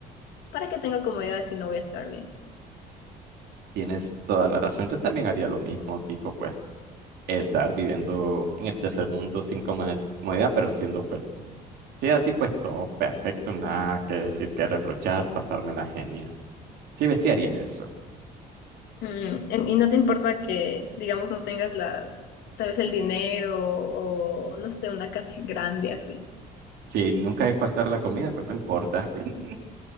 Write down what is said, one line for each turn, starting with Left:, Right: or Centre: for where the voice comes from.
Left: ¿Para qué tengo comodidades si no voy a estar bien?
Right: Tienes toda la razón. Yo también haría lo mismo, tipo, pues. estar viviendo en el tercer mundo sin comodidad, pero siendo feliz. Sí, así pues todo perfecto, nada que decir, que reprochar, pasármela genial. Sí, ve, sí haría eso.
Left: Mm, en- y no te importa que, digamos, no tengas las, tal vez el dinero o, no sé, una casa grande así.
Right: Si nunca hay faltar la comida, pues no importa. <laughs>